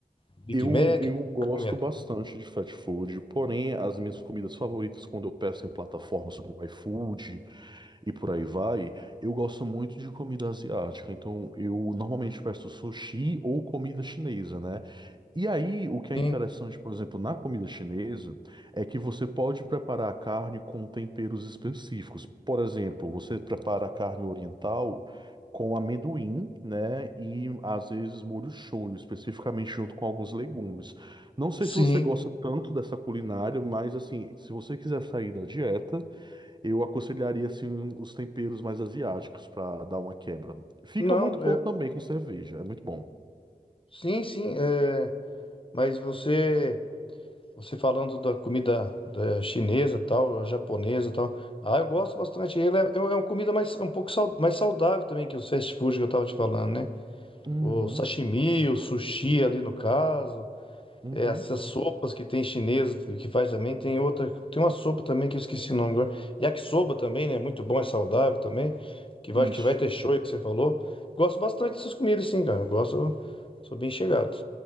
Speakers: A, on the left; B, on the right.
A: Big
B: eu,
A: Mac, o
B: eu
A: que tu
B: gosto
A: tá comendo?
B: bastante de fast food, porém as minhas comidas favoritas quando eu peço em plataformas como iFood, e por aí vai, eu gosto muito de comida asiática, então eu normalmente peço sushi ou comida chinesa, né? E aí, o que
A: Sim,
B: é interessante, por exemplo, na comida chinesa, é que você pode preparar a carne com temperos específicos. Por exemplo, você prepara a carne oriental com amendoim, né? E às vezes molho shoyu, especificamente junto com alguns legumes. Não sei
A: sim.
B: se você gosta tanto dessa culinária, mas assim, se você quiser sair da dieta, eu aconselharia assim os temperos mais asiáticos para dar uma quebra. Fica
A: Não,
B: muito pouco
A: é,
B: também com cerveja, é muito bom.
A: sim, sim, é, mas você, você falando da comida da chinesa tal, a japonesa tal, ah, eu gosto bastante. Ele é, é é uma comida mais, um pouco sau- mais saudável também que os fast food que eu tava te falando, né?
B: Uhum,
A: O sashimi, o sushi ali no caso,
B: uhum.
A: é, essas sopas que tem chinesa que que faz também, tem outra, tem uma sopa também que eu esqueci o nome agora. Yakisoba também, né? Muito bom, é saudável também, que vai,
B: Isso.
A: que vai ter shoyu que você falou. Gosto bastante dessas comidas sim, cara. eu Gosto, sou bem chegado.